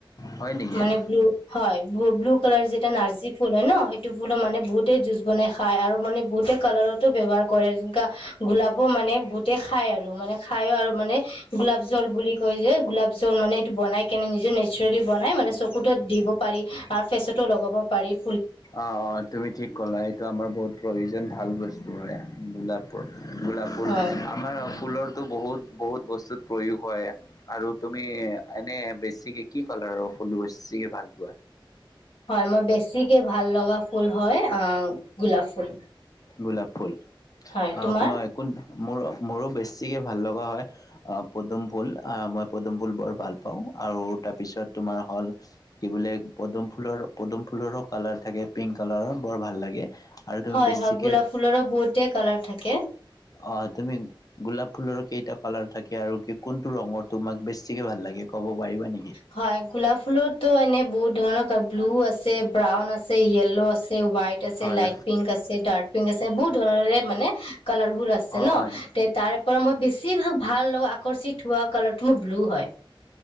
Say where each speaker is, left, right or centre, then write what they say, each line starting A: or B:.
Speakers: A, on the left; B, on the left.
A: হয় নেকি
B: মানে
A: অ
B: ব্লু হয় ব্লু কালাৰ যেটা নাৰ্জী ফুল হয় ন সেইটো ফুলো মানে বহুতেই জুজ বনাই খ খাই আৰু মানে বহুতে কালাৰটো ব্যৱহাৰ কৰে যেনেকা গোলাপো মানে বহুতে খাই আৰু মানে খাইও আৰু মানে গোলাপ জল বুলি কয় যে গোলাপ জল মানে এইটো বনাই কেনে নিজে নেচাৰেলি বনাই মানে চকুতত দিব পাৰি আৰু ফেচতো লগাব পাৰি ।
A: অ অ তুমি ঠিক ক'লা এইটো আমাৰ বহুত প্ৰ <unintelligible> যেন ভাল বস্তু হয় গোলাপ গোলাপ ফুল
B: হয়
A: আমাৰ ফুলৰ টো বহুত বহুত বস্তুত প্ৰয়োগ হয় আৰু তুমি এনে বেছিকে কি কালাৰৰ ফুল বেছিকে ভাল পোৱা?
B: হয় মই বেছিকে ভাল লগা ফুল হয় আ গোলাপ ফুল
A: গোলাপ ফুল
B: হয়
A: অ
B: তোমাৰ
A: নহয় মোৰো মোৰো বেছিকৈ ভাল লগা হয় অ পদুম ফুল অ মই পদুম ফুল বৰ ভাল পাওঁ আৰু তাৰপিছত তোমাৰ হল কি বোলে পদুম ফুলৰ পদুম ফুলৰো কালাৰ থাকে পিংক কালাৰৰ বৰ ভাল লাগে । আৰু তুমি
B: হয়
A: বেছিক
B: হয় গোলাপ ফুলৰো বহুতেই কালাৰ থাকে
A: অ তুমি গোলাপ ফুলৰো কেইটা কালাৰ থাকে আৰু কোনটো ৰঙৰ তোমাক বেছিকে ভাল লাগে ক'ব পাৰিবা নেকি?
B: হয় গোলাপ ফুলতো এনে বহুত ধৰণৰ ব্লু আছে ব্ৰাউন আছে য়েল্ল' আছে হোৱাইট আছে
A: হয়
B: লাইট পিংক আছে ডাৰ্ক পিংক আছে বহুত ধৰণৰে মানে কালাৰফুল আছে
A: হয়
B: ন তে তাৰ পৰা মই বেছিভাগ ভাল ল আকৰ্ষিত থোৱা কালাৰটো মোৰ ব্লু হয়।